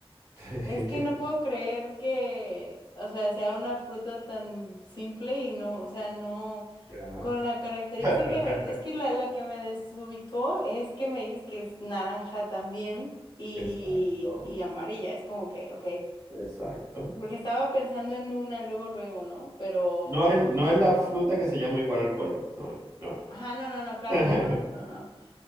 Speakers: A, on the right (about 35°); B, on the left (about 50°).
A: <laughs>
B: Es que no puedo creer que, o sea, sea una fruta tan simple y no, o sea, no,
A: Ya.
B: con la característica,
A: <laughs>
B: es que la, la que me desubicó es que me dices que es naranja también y,
A: Exacto,
B: y amarilla, es como que, ok,
A: exacto.
B: porque estaba pensando en una luego, luego, ¿no? Pero,
A: No es, no es la fruta que se llama igual al color, no es, no es.
B: ajá, no, no, no, claro
A: <laughs>
B: que no, no, no.